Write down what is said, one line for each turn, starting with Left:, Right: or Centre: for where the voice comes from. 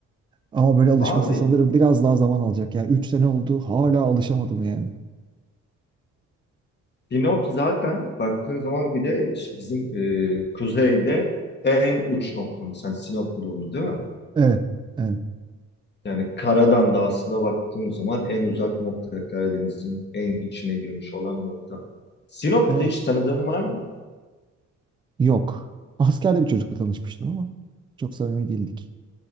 Right: Ama böyle alışması
Left: Abi
Right: sanırım biraz daha zaman alacak. Yani üç sene oldu hala alışamadım yani.
Left: Sinop zaten baktığın zaman bir de bizim e, kuzeyde en uç noktamız. Yani Sinop burnu değil mi?
Right: Evet, evet,
Left: Yani karadan da aslında baktığımız zaman en uzak nokta Karadeniz'in en içine girmiş olan nokta. Sinop'ta
Right: evet.
Left: hiç tanıdığın var mı?
Right: Yok. Askerde bir çocukla tanışmıştım ama çok samimi değildik.